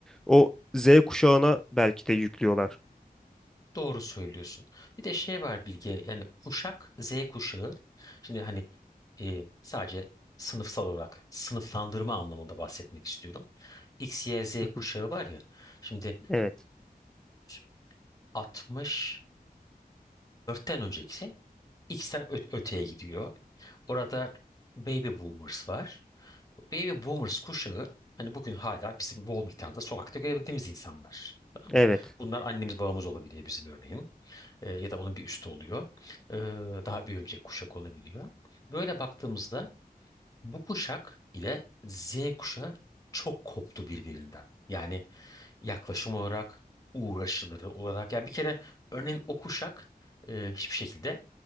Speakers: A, in the centre; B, on the left.
A: o Z kuşağına belki de yüklüyorlar.
B: Doğru söylüyorsun. Bir de şey var Bilge yani kuşak Z kuşağı. Şimdi hani e, sadece sınıfsal olarak sınıflandırma anlamında bahsetmek istiyorum. X, Y, Z
A: Hı
B: kuşağı
A: hı.
B: var ya. Şimdi
A: Evet.
B: 1964'ten önceki X'ten ö- öteye gidiyor. Orada Baby Boomers var. Baby Boomers kuşağı hani bugün hala bizim bol miktarda sokakta görebildiğimiz insanlar. Tamam
A: Evet.
B: mı? Bunlar annemiz babamız olabiliyor bizim örneğin e, ya da onun bir üstü oluyor. E, daha bir önceki kuşak olabiliyor. Böyle baktığımızda bu kuşak ile Z kuşağı çok koptu birbirinden. Yani yaklaşım olarak, uğraşıları olarak. Yani bir kere örneğin o kuşak e, hiçbir şekilde